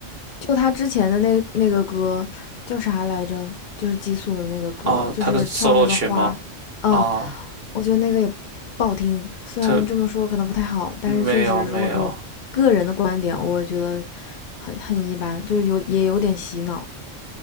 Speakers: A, on the left (about 55°); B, on the right (about 55°).
A: 就他之前的那那个歌叫啥来着？就是激素的那个歌，
B: 哦，
A: 就是跳那个花，
B: 他的 solo 曲吗？
A: 嗯，
B: 哦，
A: 我觉得那个也不好听。虽然这么说可能不太好，
B: 他没有没有。
A: 但是确实，如果说个人的观点，我觉得很很一般，就是有也有点洗脑。